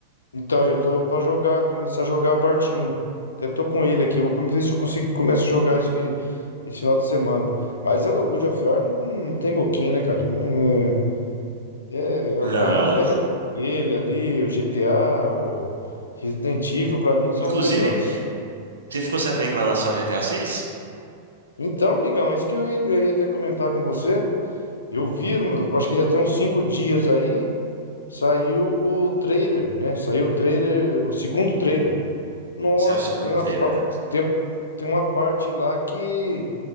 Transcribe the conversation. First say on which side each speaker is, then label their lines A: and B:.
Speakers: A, on the left; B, on the right.
A: Então, eu tô pra jogar, começar a jogar a parte um. Até tô com ele aqui, vou come- ver se eu consigo começo a jogar esse, fi- esse final de semana. Mas o God of War não não tem boquinha, né, cara? Não, é, é, é,
B: Não.
A: pra mim, é um dos melhores. Ele ali, o GTA, o Resident Evil, pra mim, são
B: Inclusive,
A: os melhores.
B: você ficou sabendo que vai lançar o GTA seis?
A: Então, amigão, isso que eu, i- eu ia até comentar com você. Eu vi, eu acho que já tem uns cinco dias aí, saiu o trailer, né? Saiu o trailer, o segundo trailer. Nossa,
B: Saiu o segundo
A: tem uma,
B: trailer,
A: fa-
B: cara.
A: tem, tem uma parte lá que